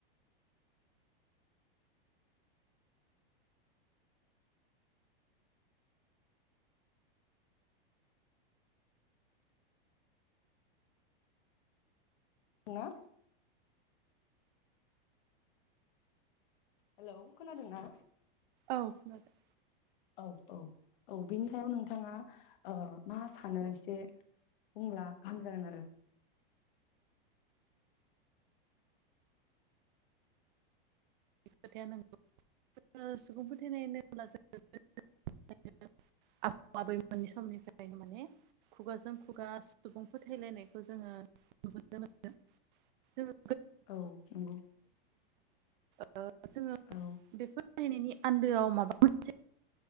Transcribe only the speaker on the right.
औ खोनादों।
खोथाया नौगौ जोंङो सुबुं फोथायनाय होनब्ला जों आबौ आबैमोननि समनिफ्रायनो माने खुगाजों खुगा सुबुं फोथायलायनायखौ जोंङो नुनो मोनदों जोंङो
ओ जोंङो
बेफोर बायनायनि आन्दोआव माबा मोनसे